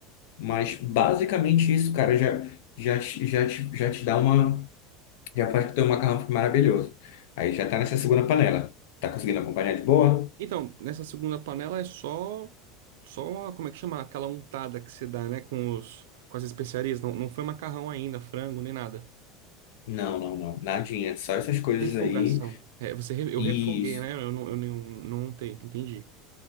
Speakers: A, on the left; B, on the right.
A: mas basicamente isso, cara, já, já, te- já, te, já te dá uma já faz que teu macarrão fica maravilhoso. Aí já tá nessa segunda panela. Tá conseguindo acompanhar de boa?
B: Então, nessa segunda panela é só, só, como é que chama? Aquela untada que você dá, né? Com os, com as especiarias. Não, não foi macarrão ainda, frango, nem nada.
A: Não, não, não. Nadinha. Só essas coisas
B: Refogação.
A: aí.
B: É, você, re- eu
A: Isso.
B: refoguei, né? Eu não, eu não, não untei, entendi.